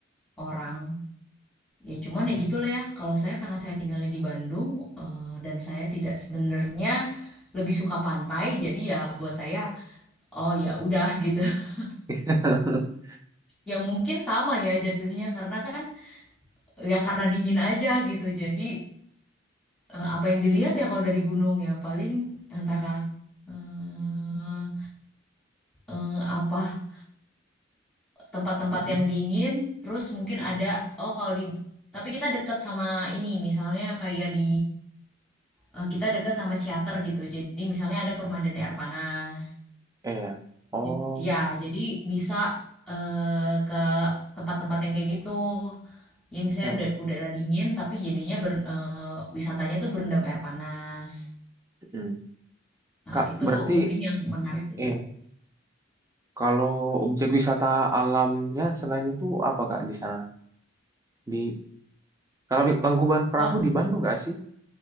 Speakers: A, in the centre; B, on the right (about 15°).
A: orang. Ya cuman
B: Mm.
A: ya gitu lah ya, kalau saya karena saya tinggalnya di Bandung eh, dan saya tidak sebenarnya lebih suka pantai, jadi ya buat saya oh ya udah gitu. <laughs>
B: <laughs>
A: Ya mungkin sama ya jatuhnya karena kan ya karena dingin aja gitu. Jadi eh, apa yang dilihat ya kalau dari gunung ya paling antara eh eh, apa tempat-tempat
B: Mm-mm.
A: yang dingin, terus mungkin
B: Mm-mm.
A: ada
B: mm
A: oh kalau di tapi kita deket sama ini misalnya kayak di eh, kita deket sama ciater gitu. Jadi misalnya ada permandan air panas.
B: <laughs> Iya. Oh.
A: Jadi- Ya, jadi bisa eh, ke tempat-tempat yang kayak gitu. Ya misalnya
B: Oh.
A: udah udara dingin tapi jadinya ber- eh, wisatanya tuh berendam air panas.
B: Mm.
A: Nah,
B: Kak,
A: itu
B: berarti
A: mungkin yang menarik gitu.
B: eh kalau objek wisata alamnya selain itu apa, Kak, di sana? Di kalau Tangkuban Perahu
A: Kalau
B: di Bandung nggak sih?